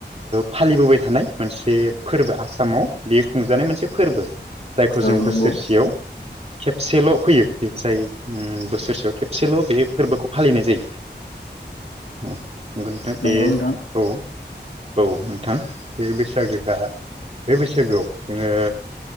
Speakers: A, on the right; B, on the left.
A: फालिबोबाय थानाय मोनसे फोरबो आसामाव बे खुंजानाय मोनसे फोरबो आ जायखौ जों
B: औ नंगौ
A: बोसोरसेयाव खेबसेल' फैयो जायो बोसोरसेयाव खेबसेल' बे फोरबोखौ फालिनाय जायो। नंगौ नोंथां बे
B: नंगौ
A: औ।
B: नोंथां
A: औ नोंथां बे बैसागोआ बे बैसागोआव जोङो।